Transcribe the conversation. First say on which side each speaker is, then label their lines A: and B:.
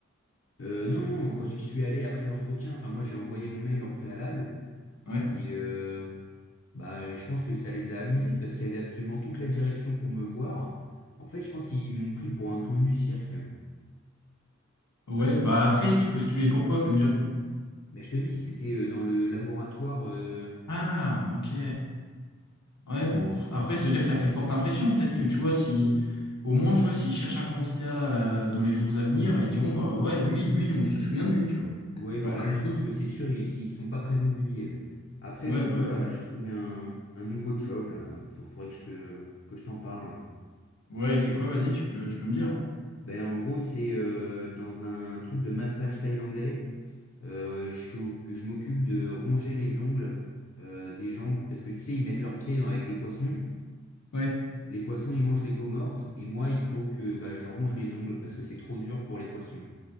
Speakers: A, on the left; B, on the left.
A: Euh, non, non, quand j'y suis allé après à l'entretien, enfin, moi j'ai envoyé mon mail en préalable.
B: Ouais.
A: Et, euh, Bah, je pense que ça les a amusés parce qu'il y avait absolument toute la direction pour me voir. En fait, je pense qu'ils m'ont pris pour un clown du cirque.
B: Ouais, bah après, tu postulais pour quoi comme job?
A: Mais je te dis, c'était euh, dans le laboratoire. euh,
B: Ah, ok. Ouais, bon, pff, après, se dire que t'as fait forte impression, peut-être que tu vois, si, au moins, tu vois, s'ils cherchent un candidat euh, dans les jours à venir, ils se diront, bah ouais, lui, lui, on se souvient de lui, tu vois.
A: Ouais, bah
B: Alors
A: là,
B: que les
A: je pense
B: autres,
A: que c'est sûr, ils, ils sont pas prêts de m'oublier. Après,
B: ouais,
A: du
B: bah
A: coup,
B: ouais.
A: bah, j'ai trouvé un, un nouveau job là. Faut- faudrait que je te, que je t'en parle.
B: Ouais, c'est quoi, vas-y, tu peux, tu peux me dire. hein.
A: Ben, en gros, c'est euh, dans un truc de massage thaïlandais. Euh, je suis au- je m'occupe de ronger les ongles euh, des gens parce que tu sais, ils mettent leurs pieds dans- avec des poissons.
B: Ouais.
A: Les poissons, ils mangent les peaux mortes, et moi, il faut que bah, je ronge les ongles parce que c'est trop dur pour les poissons.